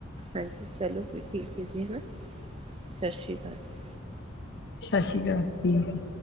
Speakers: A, on the right (about 30°); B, on the left (about 55°).
A: ਹਾਂਜੀ ਚਲੋ ਫਿਰ ਠੀਕ ਹੈ ਜੀ ਹੈ ਸਤਿ ਸ਼੍ਰੀ ਅਕਾਲ ਜੀ।
B: ਸਤਿ ਸ਼੍ਰੀ ਅਕਾਲ ਠੀਕ ਹੈ।